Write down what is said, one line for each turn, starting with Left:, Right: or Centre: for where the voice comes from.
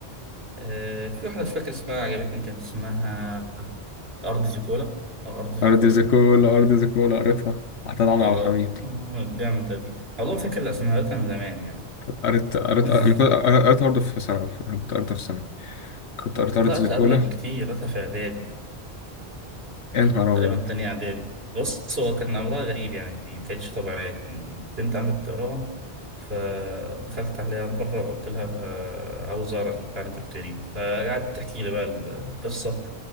Right: آه، في واحدة مش فاكر اسمها عجبتني كان اسمها أرض زيكولا أو أرض زيكولا
Left: أرض زيكولا أرض زيكولا قريتها عطاء عمرو
Right: اه
Left: عبد الحميد
Right: آه، جامدة دي والله فاكر الأسماء قريتها من زمان يعني
Left: قريت قريت
Right: <laughs>
Left: أنا كنت قريتها برضه في ثانوي أنا كنت قريتها في ثانوي كنت قريت
Right: لا
Left: أرض زيكولا
Right: قريتها قبلك بكتير قريتها في إعدادي
Left: يا نهار
Right: تقريبا
Left: أبيض
Right: تانية إعدادي بص هو كان أمرها غريب يعني ما كانتش طبيعية كان بنت عمي بتقراها فدخلت عليها مرة قلت لها عاوز أقرا البتاع اللي بتبتدي ده فقعدت تحكي لي بقى القصة